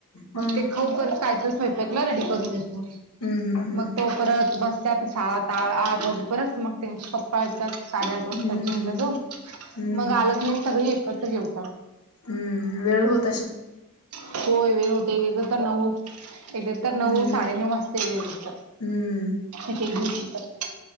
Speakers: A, on the left (about 80°); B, on the right (about 75°).
A: हा
B: मग ते खाऊ पर्यंत काय तर स्वयंपाकला रेडी करून घेतो.
A: हम्म हम्म हम्म
B: मग तो परत बसत्यात, सात आठ वाजे परत मग त्यांचे पप्पा येतात. साडेआठ वाजता
A: हम्म
B: जिमला जाऊन,
A: हम्म
B: मग आलं कणी सगळे एकत्र जेवताव.
A: हम्म.. वेळ होतं.
B: होय, वेळ होते एकएकदा त्यांना हो, एकदा तर नऊ
A: हम्म
B: साडेनऊ वाजता येतात,
A: हम्म
B: एक एक दिवशी तर.